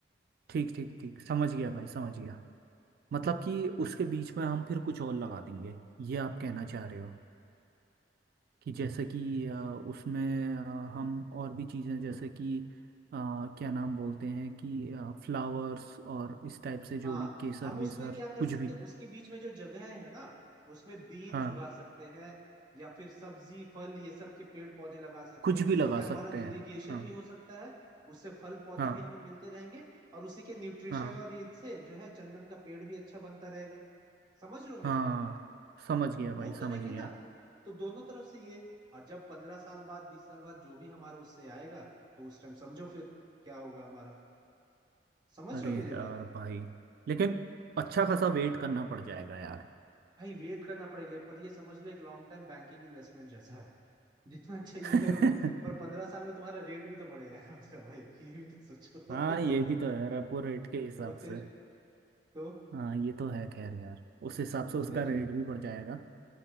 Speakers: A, on the right; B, on the right.
A: ठीक ठीक ठीक समझ गया भाई समझ गया मतलब कि उसके बीच में हम फिर कुछ और लगा देंगे ये आप कहना चाह रहे हो कि जैसे कि अ, उसमें अ, हम और भी चीज़ें जैसे कि अ, क्या नाम बोलते हैं कि फ्लावर्स और इस टाइप से जो
B: हाँ
A: भी केसर
B: हम उसमें
A: वेसर
B: क्या कर
A: कुछ
B: सकते
A: भी
B: हैं उसके बीच में जो जगह है ना उसमें बीन्स
A: हाँ
B: उगा सकते हैं या फिर सब्जी फल ये सब के पेड़ पौधे लगा सकते
A: कुछ
B: हैं जिससे
A: भी लगा
B: क्या हमारा
A: सकते
B: इरिगेशन
A: हैं हाँ
B: भी हो सकता है उससे फल पौधे
A: हाँ
B: भी हमें मिलते रहेंगे और उसी के न्यूट्रिशन
A: हाँ
B: और इससे जो है चंदन का पेड़ भी अच्छा बनता रहेगा समझ रहे हो मेरी
A: हाँ
B: बात
A: समझ गया
B: तो
A: भाई
B: वो
A: समझ
B: करेंगे
A: गया
B: ना तो दोनों तरफ से ये और जब पंद्रह साल बाद बीस साल बाद जो भी हमारा उससे आएगा तो उस टाइम समझो फिर क्या होगा हमारा समझ
A: अरे
B: रहे हो मेरी
A: यार
B: बात
A: भाई लेकिन अच्छा खासा वेट करना पड़ जाएगा यार
B: भाई वेट करना पड़ेगा पर ये समझ लो एक लॉन्ग टाइम बैंकिंग इन्वेस्टमेंट जैसा है जितना अच्छा ये
A: <laughs>
B: करोगे पर पंद्रह साल में तुम्हारा रेट भी तो बढ़ जाएगा उसका भाई ये भी तो सोचो
A: हाँ ये भी
B: <laughs>
A: तो है रेपो रेट के हिसाब
B: तो फिर
A: से
B: तो
A: हाँ ये तो है खैर यार उस हिसाब
B: तो
A: से उसका
B: फिर
A: रेट भी बढ़ जाएगा